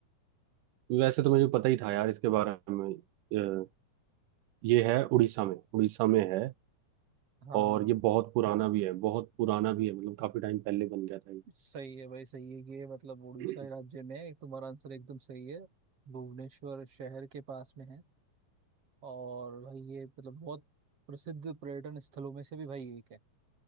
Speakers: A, on the right; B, on the right.
A: वैसे तो मुझे पता ही था यार इसके बारे में अ, ये है उड़ीसा में उड़ीसा में है
B: हाँ
A: और
B: हाँ
A: ये बहुत पुराना भी है बहुत पुराना भी है मतलब काफी टाइम पहले बन गया था
B: सही है भाई सही है ये मतलब उड़ीसा
A: ये
B: राज्य में है। तुम्हारा आंसर एकदम सही है भुवनेश्वर शहर के पास में है और भाई ये मतलब बहुत प्रसिद्ध पर्यटन स्थलों में से भी भाई एक है